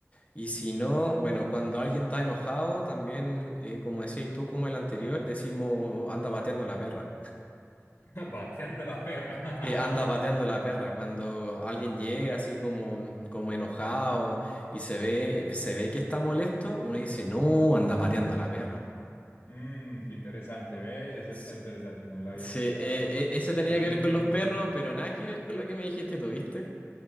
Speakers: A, on the left; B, on the left.
A: Y si no, bueno, cuando alguien está enojado, también, eh, como decías tú, como el anterior, decimos, anda pateando la perra.
B: <laughs> Bateando la perra.
A: Sí, anda pateando
B: <laughs>
A: la perra. Cuando alguien llega así como, mm, como enojado y se ve, se ve que está molesto, uno dice, no, anda pateando la perra.
B: Mm, qué interesante, ¿ve? Eso
A: S-
B: está interesante, no lo había
A: Sí,
B: escuchado.
A: eh, eh, eso tenía
B: No tiene
A: que ver con
B: sentido.
A: los perros, pero nada que ver con lo que me dijiste, ¿tuviste?